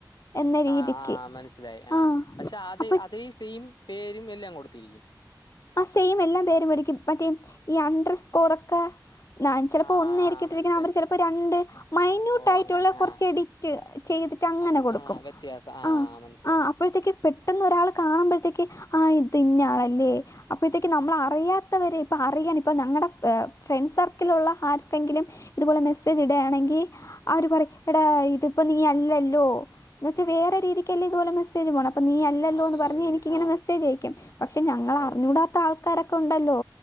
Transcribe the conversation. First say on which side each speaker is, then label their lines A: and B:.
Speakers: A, on the left; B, on the left.
A: എന്ന രീതിക്ക്
B: ആഹ് ആഹ് മനസ്സിലായി ആഹ്
A: ആ
B: പക്ഷെ അതെ
A: അപ്പൊ
B: അതേ സെയിം പേരും എല്ലാം കൊട്ത്തിരിക്കും.
A: സെയിം എല്ലാം പേരും അടിക്കും മറ്റേ ഈ അണ്ടർ സ്കോറൊക്കെ നാൻ ചെലപ്പോ
B: ആഹ്
A: ഒന്നേരിക്കിട്ടിരിക്ക്ന്നെ
B: മനസ്സിലായി
A: അവര് ചെലപ്പോ രണ്ട് മൈന്യൂട്ടായിട്ട്ള്ള
B: ഓ അങ്ങനെ
A: കൊറച്ച്
B: ആഹ്
A: എഡി റ്റ് ചെയ്തിട്ടങ്ങനെ
B: അത്
A: കൊട്ക്കും
B: ആഹ് വ്യത്യാസം
A: ആഹ്
B: മനസ്സിലായി
A: ആഹ് അപ്പോഴ്ത്തേക്ക് പെട്ടന്നൊരാള് കാണുമ്പഴത്തേക്ക് ആഹ് ഇത് ഇന്നയാളല്ലേ അപ്പഴ്ത്തേക്ക് നമ്മള അറിയാത്തവര് ഇപ്പ അറിയാണ് ഇപ്പ ഞങ്ങടെ ഫ്രണ്ട്സർക്കില്ള്ള ആർക്കെങ്കിലും ഇത്പോലെ മെസ്സേജ് ഇട്യാണെങ്കി അവര് പറയും എടാ ഇതിപ്പോ നീ അല്ലല്ലോ? എന്ന്
B: ഉം
A: വച്ചാ
B: ഉം
A: വേറെ രീതിക്കല്ലേ ഇത്പോലെ മെസേജ് പോണം അപ്പ നീ അല്ലോന്ന്
B: ആഹ്
A: പറഞ്ഞ്
B: അങ്ങനെ
A: എനിക്കിങ്ങനെ
B: ആഹ്
A: മെസ്സേജയ്ക്കും പക്ഷെ ഞങ്ങള
B: ഓ
A: റിഞ്ഞൂടാത്ത ആൾക്കാരൊക്കെ ഒണ്ടല്ലോ